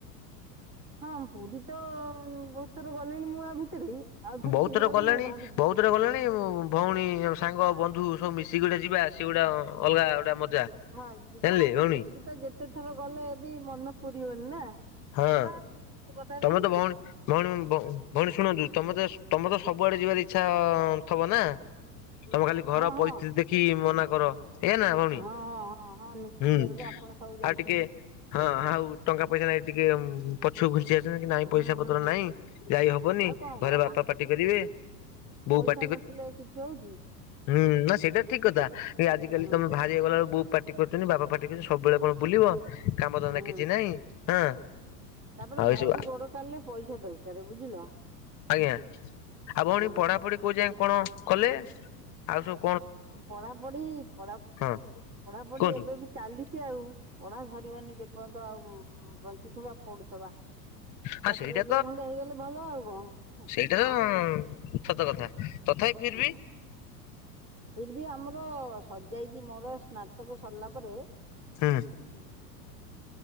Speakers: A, on the right (about 35°); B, on the left (about 35°).
A: ହଁ ପୁରୀ ତ ବହୁତ ଥର ଗଲିଣି ମୁଁ ଆ ଭିତରେ ଆଉ ଥରେ
B: ବହୁତରେ
A: ବି ଯିବାକୁ
B: ଗଲେଣି
A: ଭାବୁଛି।
B: ବହୁତର ଗଲାଣି ଭଉଣୀ ସାଙ୍ଗ ବନ୍ଧୁ ସବୁ ମିଶିକି ଗୋଟେ ଯିବା ସିଏ ଗୋଟେ ଅଲଗା ଗୋଟେ ମଜା
A: ହଁ ଯିବା
B: ଜାଣିଲେ
A: ଆଉ
B: ଭଉଣୀ
A: ସେଠିକି ତ ଯେତେଥର ଗଲେ ଏ ବି ମନ ପୁରିବନି ନା।
B: ହଁ।
A: ଯିବା। କିଛି କଥା
B: ତମେ
A: ନାହିଁ
B: ତ ଭଉଣୀ ଭଉଣୀ ଭଉଣୀ ଶୁଣନ୍ତୁ ତମେ ତ ତମେ ତ ସବୁଆଡେ ଯିବାର ଇଚ୍ଛା ଥିବ ନା
A: ହଁ
B: ତମେ ଖାଲି ଘର
A: ହଁ
B: ପରିସ୍ଥିତି
A: ହଁ
B: ଦେଖିକି ମନା କର। ଏ ନା ଭଉଣୀ
A: ହଁ ହଁ ହଁ ନିଶ୍ଚିତ
B: ହୁଁ
A: ରୂପେ ଆପଣ ସବୁ ଜାଣିଛନ୍ତି।
B: ଆଉ ଟିକେ ହଁ ଆଉ ଟଙ୍କା ପଇସା ନାଇଁ ଏତିକି ଆଉ। ପଛକୁ ଘୁଞ୍ଚି ଆସିଛନ୍ତି କି ନାଇଁ
A: ହୁଁ
B: ପଇସା ପତ୍ର
A: ହୁଁ
B: ନାଇଁ
A: ହୁଁ
B: ଯାଇ ହବନି
A: ଆଉ କଣ
B: ଘରେ
A: ଘ
B: ବାପା ପାଟି କରିବେ ବୋଉ ପା
A: ଇଛା ନଥିଲେ କିଛି ହଉଛି
B: ହୁଁ ନା ସେଇଟା ଠିକ କଥା ଆଜିକାଲି
A: ହୁଁ
B: ତମେ ଭାର ହେଇଗଲା ବେଳକୁ ବୋଉ ପାଟି କରୁଛନ୍ତି ବାବା ପାଟି କରୁଛନ୍ତି ସବୁବେଳେ କଣ ବୁଲିବ କାମଧନ୍ଦା
A: ହୁଁ।
B: କିଛି ନାହିଁ। ହଁ
A: ତାପରେ
B: ଆଉ
A: ଘରୁ
B: ଏସବୁ
A: ଗୋଡ କାଢିଲେ ପଇସା ଦରକାର ବୁଝିଲ।
B: ଆଜ୍ଞା ଆଉ ଭଉଣୀ
A: ହୁଁ
B: ପଢାପଢି କୋଉ ଯାଏ କଣ କଲେ ଆଉ ସୁ
A: ପଢାପଢିଢା
B: ହଁ
A: ପଢାପଢି
B: କୁହନ୍ତୁ
A: ଏବେ ବି ଚାଲିଛି ଆଉ ପଢା ସରିବନି ଯେପର୍ଯ୍ୟନ୍ତ ଆଉ ବଞ୍ଚିବା ଥିବା ପଢୁଥିବା। ଆଉ
B: ହଁ
A: ଚାକିରି
B: ସେଇଟା
A: ବାକିରି ଖଣ୍ଡେ ହେଇଗଲେ ଭଲ ଆଉ କଣ?
B: ହୁଁ ସତ କଥା। ତଥାପି ଫିର
A: ହଁ
B: ବି
A: ଫିର୍ ବି ଆମର ସଜାଇଛି ମୋର ସ୍ନା ତାକୁ ସରିଲା ପରେ
B: ହୁଁ।
A: ମୁଁ